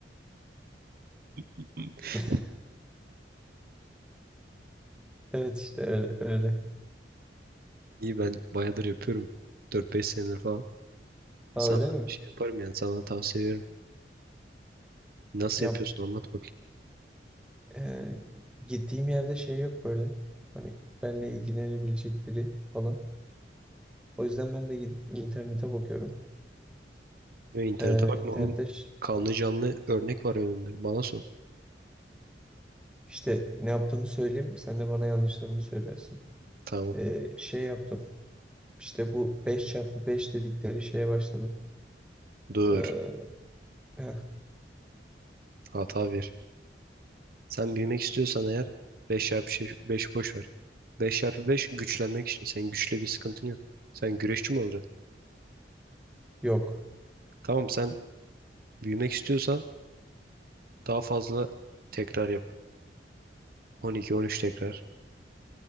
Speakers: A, on the right (about 55°); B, in the centre.
A: <laughs>
B: <laughs> Evet işte öyle öyle.
A: İyi ben bayağıdır yapıyorum. 4-5 senedir falan.
B: Ha
A: Sana
B: öyle mi?
A: şey yaparım yani sana tavsiye veririm. Nasıl
B: Ya
A: yapıyorsun anlat bakayım.
B: e, gittiğim yerde şey yok böyle. Hani benle ilgilenebilecek biri falan. O yüzden ben de gidip internete bakıyorum.
A: Ya internete
B: E,
A: bakma
B: internette
A: oğlum.
B: ş-
A: Kanlı canlı örnek var önünde. Bana sor.
B: işte ne yaptığımı söyleyeyim. Sen de bana yanlışlarımı söylersin.
A: Tamam.
B: E, şey yaptım. İşte bu beş çarpı beş dedikleri şeye başladım.
A: Dur.
B: E, heh,
A: Hata ver. Sen büyümek istiyorsan eğer 5 çarpı 5 boş ver. beş çarpı 5 güçlenmek için. Senin güçle bir sıkıntın yok. Sen güreşçi mi olacaksın?
B: yok.
A: Tamam sen büyümek istiyorsan daha fazla tekrar yap. On iki, on üç tekrar.